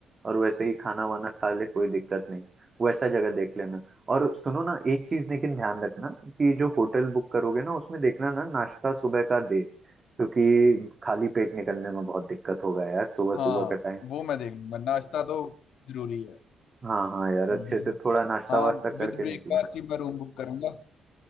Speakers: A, on the right (about 30°); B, on the left (about 75°).
A: और वैसे ही खाना वाना खा ले कोई दिक्कत नहीं वैसा जगह देख लेना और सुनो ना एक चीज लेकिन ध्यान रखना कि जो होटल बुक करोगे ना उसमें देखना ना नाश्ता सुबह का दे क्योंकि खाली पेट निकलने में बहुत दिक्कत होगा यार सुबह
B: हाँ
A: सुबह का टाइम
B: वो मैं देख लूंगा नाश्ता तो जरूरी है
A: हाँ हाँ यार अच्छे
B: हम्म हम्म
A: से
B: हम्म।
A: थोड़ा नाश्ता
B: हाँ
A: वास्ता करके
B: विद ब्रेकफास्ट
A: निकलें
B: ही मैं रूम बुक करूंगा